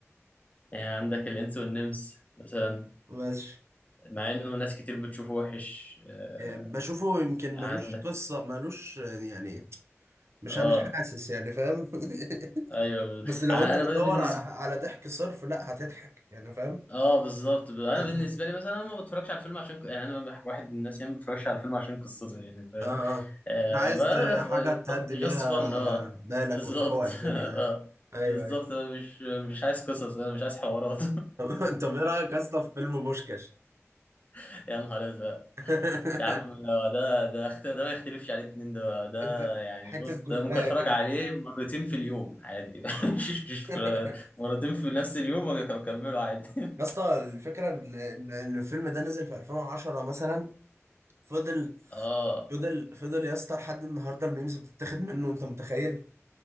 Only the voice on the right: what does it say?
ماشي
إيه، بشوفه يمكن
ملوش قصه ملوش يعني مش
مش حاسس يعني فاهم <laughs>
بس لو
انت بتدور
على على ضحك صرف لا هتضحك يعني فاهم
اه
اه
انت عايز
حاجه تهدي بيها
بالك
وتروق الدنيا
ايوه ايوه
<laughs> طب ايه رايك اصلا في فيلم بوشكاش
<laughs>
ده-
حته
جلدايه
كده
<laughs>
يا اسطى الفكره ان إن- إن الفيلم ده نزل في 2010 مثلا فضل
فضل فضل يا اسطى لحد النهارده الميمز بتتاخد منه انت متخيل